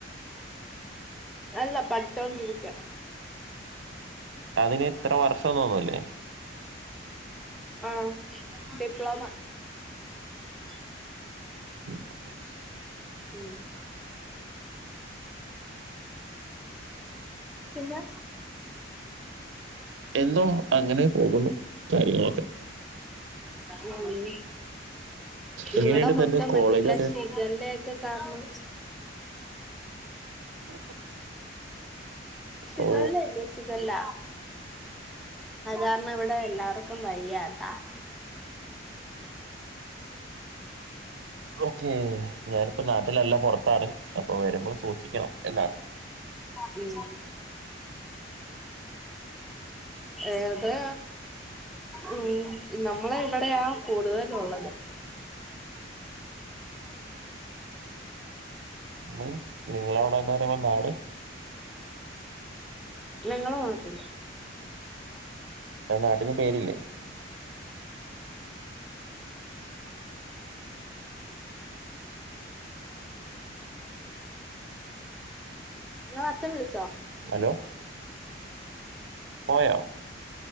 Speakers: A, in the centre; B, on the right.
A: അല്ല പഠിച്ചോണ്ടിരിക്ക്ആ
B: അതിന് ഇത്ര വർഷന്നൊന്നൂല്ലേ
A: ആഹ് ഡിപ്ലോമ അത് പിന്നെ ഒരീസം
B: <inaudible>
A: ഉം പിന്നെ
B: എന്തോ അങ്ങനെ പോകുന്നു കാര്യങ്ങളൊക്കെ
A: ഉം
B: എങ്ങനെയുണ്ട്
A: ഇവിടെ മൊത്തം
B: തന്റെ കോളേജൊക്കെ
A: മറ്റേല്ലാ ഷിഗല്ലയെക്കെ കാർണം
B: <unintelligible>
A: ഷിഗല്ലയില്ലേ
B: ഓ
A: ഷിഗല്ല അതാർണ്ണവി വിടെ എല്ലാർക്കും വയ്യത്താ
B: ഓക്കേ ഞാനിപ്പോ നാട്ടിലല്ല പൊറത്താണ് അപ്പൊ വരുമ്പൊ സൂക്ഷിക്കണം എന്നാണ്
A: ഉം ഏഹ് ത് ഉം നമ്മളെ ഇവിടെയാ കൂടുതലുള്ളത്
B: മീൻസ് നിങ്ങളവിടെന്ന് പറയുമ്പൊ നാട്
A: നങ്ങളെ വാട്ടില്
B: നആ ന്നാട്ടിന് പേരില്ലേ?
A: ങ്ങളഅച്ഛൻ വിളിച്ചോ?
B: ഹലോ പോയോ?